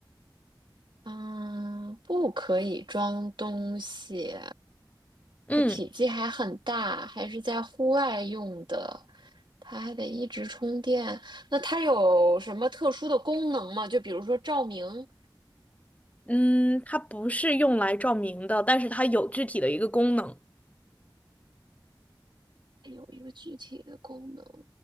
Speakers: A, on the right; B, on the left.
A: 嗯，不可以装东西，
B: 嗯。
A: 它体积还很大，还是在户外用的，它还得一直充电。那它有什么特殊的功能吗？就比如说照明，
B: 嗯，它不是用来照明的，但是它有具体的一个功能，
A: 有一个具体的功能。